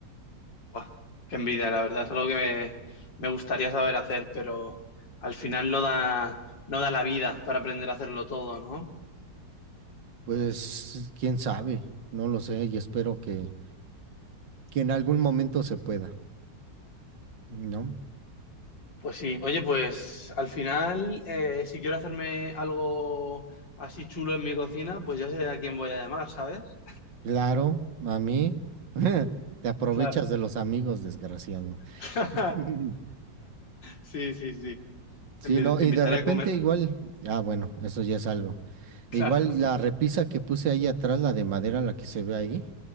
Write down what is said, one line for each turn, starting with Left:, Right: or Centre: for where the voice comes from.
Left: Buah, qué envidia, la verdad, es algo que me, me gustaría saber hacer, pero al final no da, no da la vida para aprender a hacerlo todo, ¿no?
Right: Pues quién sabe, no lo sé y espero que, que en algún momento se pueda, ¿no?
Left: Pues sí, oye, pues al final, eh, si quiero hacerme algo así chulo en mi cocina, pues ya sé a quién voy a llamar, ¿sabes?
Right: Claro, a mí. <laughs> Te aprovechas
Left: Claro.
Right: de los amigos, desgraciado.
Left: <laughs>
Right: <laughs>
Left: Sí, sí, sí.
Right: Sí,
Left: Te invi-
Right: no,
Left: te
Right: y
Left: invitaré
Right: de repente
Left: a comer.
Right: igual, ah, bueno, eso ya es algo.
Left: Claro.
Right: Igual la repisa que puse ahí atrás, la de madera, la que se ve ahí,